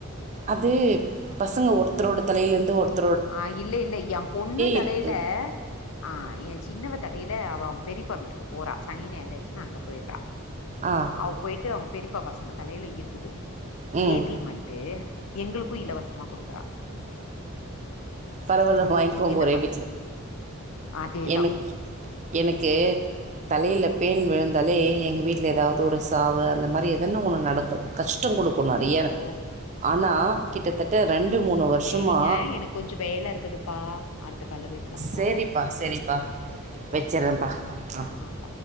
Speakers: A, on the right (about 35°); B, on the left (about 75°).
A: அது பசங்க ஒருத்தரோட தலையிலருந்து ஒருத்
B: ஆ இல்ல இல்ல ஏ பொண்ணு தலையில
A: இருக்குது
B: ஆ ஏ சின்னவ தலையில அவ பெரியப்பா வீட்டுக்கு போறா சனி ஞாயிறு ஆயிர்ச்சின்னா அங்க போயிட்றா
A: ஆ
B: அவ் போயிட்டு அவங்க பெரிப்பா பசங்க தலையில இருக்குது
A: ம்
B: ஏத்தி மந்ட்டு எங்களுக்கு இலவசமா குடுக்குறா
A: பரவால்ல வாங்கிக்கோங்க
B: என்ன
A: ஒரே
B: பண்றது
A: வீட்ல
B: அதேதா
A: எனக் எனக்கு தலையில
B: அ
A: பேன் விழுந்தாலே எங்க வீட்டுல ஏதாவு து ஒரு
B: அ
A: சாவு அந்த மாரி எதன்னா ஒன்னு நடக்கு கஷ்டோ குடுக் கு நறையா
B: ஓ ஓ
A: ஆனா கிட்டத்தட்ட
B: ஓ
A: ரெண்டு மூணு வருஷமா
B: சேரிங்க எனக்கு கொஞ்சோ வேல இருக்குதுப்பா அடுத்த கால்ல பேசலாம்ப்பா
A: சரிப்பா சரிப்பா
B: ஓகேப்பா
A: வச்சிட்றேன்ப்பா ஆ
B: ம்